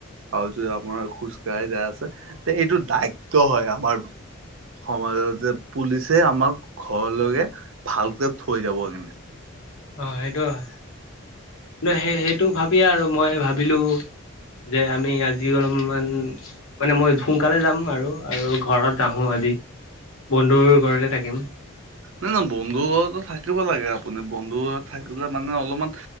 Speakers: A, on the right; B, on the left.
A: আৰু যদি আপোনাৰ খোজকাঢ়ি যায় আছে, তে এইটো দায়িত্ব হয়। আমাৰ সমাজত যে পুলিচে আমাক ঘৰলৈকে ভালকে থৈ যাব কেনে।
B: অ, সেইটো হয় কিন্তু সেই সেইটো ভাবিয়ে আৰু মই ভাবিলো। যে আমি আজিও অলপমান মানে মই সোনকালে যাম আৰু আৰু ঘৰত নাহোঁ আজি বন্ধুৰ ঘৰতে থাকিম।
A: নাই নাই বন্ধু ঘৰত থাকিব লাগে আপুনি বন্ধু ঘৰত থাকিলে মানে অলপমান